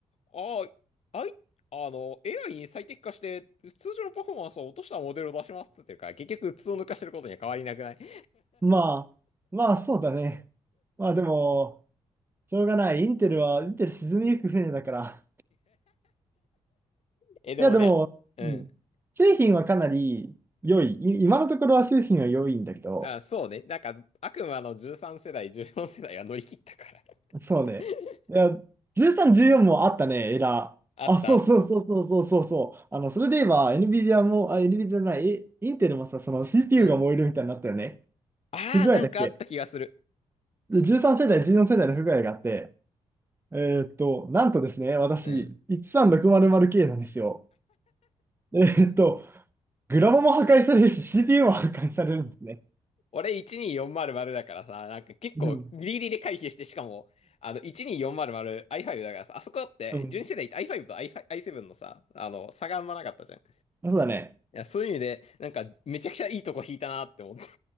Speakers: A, on the left (about 50°); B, on the right (about 15°).
A: あ、あい、あの、AI に最適化して、通常のパフォーマンスを落としたモデルを出しますって言ってるから、結局、うつを抜かしてることには変わりなくない <laughs>
B: まあ、まあそうだね。まあでも、しょうがない。インテルは、インテル沈みゆく船だから。
A: え、でもね、
B: いやでも、
A: うん。
B: うん。製品はかなり良い。い今のところは製品は良いんだけど、
A: あ、そうね。なんか、悪魔の13世代、14世代は乗り切ったから。<laughs>
B: そうね。いや、13、14もあったね、エラー。
A: あったあった。
B: あ、そうそうそうそうそうそうそう。あの、それで言えば、NVIDIA も、あ、NVIDIA じゃない、えインテルもさ、その CPU
A: うん。
B: が燃えるみたいになったよね。
A: ああ、
B: 不具合だっけ
A: なんかあった気がする。
B: で ?13 世代、14世代の不具合があって、えーっと、なんとですね、私、
A: うん。
B: 13600K なんですよ。えーっと、グラボも破壊されるし、CPU も破壊されるんですね。
A: 俺12400だからさ、なんか結構ギリギリで回避して、
B: うん。
A: しかも、あの、12400、i5 だからさ、あそこだって純正で
B: うん。
A: i5 と i 7のさ、あの、差があんまなかったじゃん。い
B: そうだね。
A: や、そういう意味で、なんか、めちゃくちゃいいとこ引いたなって思った。